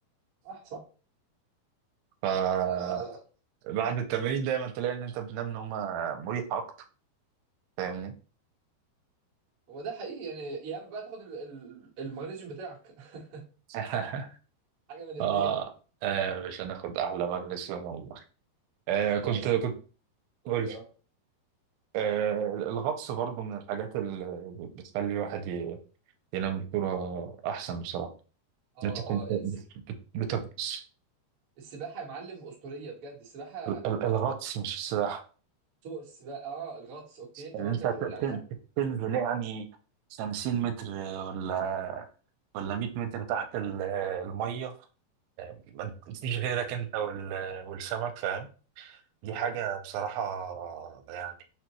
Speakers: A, on the right; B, on the right.
A: صح صح
B: فبعد
A: آه،
B: التمرين دايما تلاقي ان انت بتنام نومة مريحة اكتر فاهمني
A: هو ده حقيقي يعني يا اما بقى تاخد ال- ال- المغنيسيوم بتاعك <laughs>
B: <laughs>
A: حاجه من الاثنين
B: آه آه، مش هناخد احلى مغنيسيوم والله آه كنت
A: لا بس
B: كنت
A: قول
B: قول
A: لي اه
B: آه الغطس برضو من الحاجات اللي بتخلي الواحد ي- ينام بصورة احسن بصراحة
A: اه
B: ان انت تكون
A: اه الس-
B: بت- بت- بتغطس
A: السباحه يا معلم اسطوريه بجد السباحه
B: ال- ال- الغطس مش السباحة
A: سوق السباحه اه الغطس اوكي تمام
B: يعني انت
A: كمل قول لي عليها
B: تن- تنزل يعني 50 متر ولا ولا 100 متر تحت ال- الميه ما فيش غيرك انت وال- والسمك فاهم دي
A: اه
B: حاجه بصراحه يعني